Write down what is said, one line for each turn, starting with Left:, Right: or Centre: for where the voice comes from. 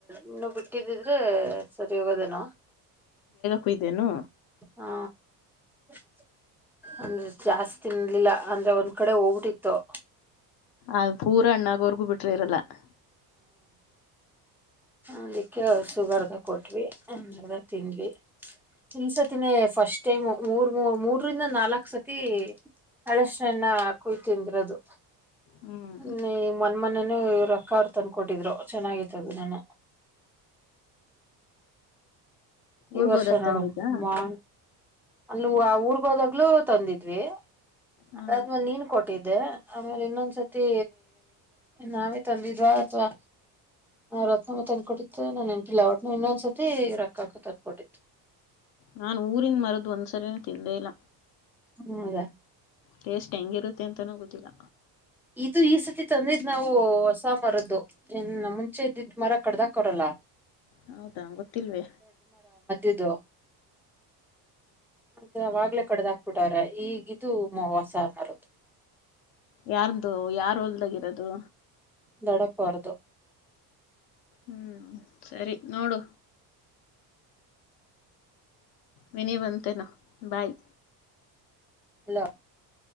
Centre: ಇನ್ನು ಬಿಟ್ಟಿದ್ದಿದ್ರೆ ಸರಿ ಹೋಗೋದೇನೋ
Left: ಹುದೆನು
Centre: ಹಾ <inaudible> ಅಂದ್ರೆ ಜಾಸ್ತಿನ್ಲಿಲ್ಲ ಅಂದ್ರೆ ಒಂದ್ ಕಡೆ ಹೋಗ್ಬಿಟ್ಟಿತ್ತು
Left: ಅದು ಪೂರ ಹಣ್ಣು ಆಗೋವರ್ಗು ಬಿಟ್ <unintelligible>
Centre: ಅದಿಕ್ಕೆ ಶುಗರ್ದ ಕೊಟ್ವಿ ಅದ ತಿಂದ್ವಿ ಈಸತಿನೇ ಫಸ್ಟ್ ಟೈಮ್ ಮೂರ್ ಮೂ ಮೂರರಿಂದ ನಾಲ್ಕ್ ಸತಿ. ಅಳಷ್ನ ಕುಳತಿಂದ್ರ ಅದು.
Left: ಹ್ಮ್
Centre: ನೀ ಮೊನ್ ಮೊನ್ನೆ. ನೀ ಇವ್ ರೊಕ್ಕ ಅವ ತಂದಕೊಟ್ಟಿದ್ರು ಚೆನ್ನಾಗಿತ್ತದ ನಾನ. ಈ
Left: ಊರ್ಗ್
Centre: ವರ್ಷ
Left: ಹೋದಾಗ
Centre: ನೋಡುಮಾ
Left: ತಂದಿದ್ದ
Centre: ಅಲ್ಲಿ ಆ ಊರ್ಗ ಹೋದಾಗ್ಲೂ ತಂದಿದ್ವಿ.
Left: ಹಾ
Centre: ಅದಾದ್ಮೇಲೆ ನೀನ್ ಕೊಟ್ಟಿದ್ದೆ. ಆಮೇಲೆ ಇನ್ನೊಂದ್ಸತಿ ನಾವೇ ತಂದಿದ್ವಾ ಅಥವಾ ರತ್ನಮ್ಮ ತಂದ್ಕೊಟ್ಟಿತ್ತು ನಾನನ್ ಎಂಟಿಲ್ಲ ಒಟ್ನ ಇನ್ನೊಂದ್ಸರ್ತಿ ರೊಕ್ಕಕ್ಕ ತಂದ್ ಕೊಟ್ಟಿತ್ತು
Left: ನಾನ್ ಊರಿನ್ ಮರದ ಒಂದ್ಸರಿನ ತಿಂದೆ ಇಲ್ಲ.
Centre: ಹೌದಾ
Left: ಟೇಸ್ಟ್ ಹೆಂಗಿರುತ್ತೆ ಅಂತನೂ ಗೊತ್ತಿಲ್ಲ.
Centre: ಇದು ಈ ಸತಿ ತಂದಿದ್ದ್ ನಾವು ಹೊಸ ಮರದ್ದು ಇನ್ ಮುಂಚೆ ಇದಿದ್ ಮರ ಕಡ್ದಾಕೊರಲ್ಲ.
Left: ಹೌದಾ ಗೊತ್ತಿಲ್ವೆ.
Centre: ಇದದು ಮತ್ತ ಅವಾಗ್ಲೇ ಕಡದ ಹಾಕ್ಬಿಟ್ಟವ್ರೆ ಈಗಿದು ಮರುದ್ದು.
Left: ಯಾರ್ದು ಯಾರ ಹೊಲ್ದಾಗಿ ಇರೋದು.
Centre: ದೊಡ್ಡಪ್ಪ ಅವ್ರ್ದು.
Left: ಹ್ಮ್ ಸರಿ ನೋಡು. ವಿನಿ ಬಂತೇನೋ ಬಾಯ್.
Centre: ಹಲೋ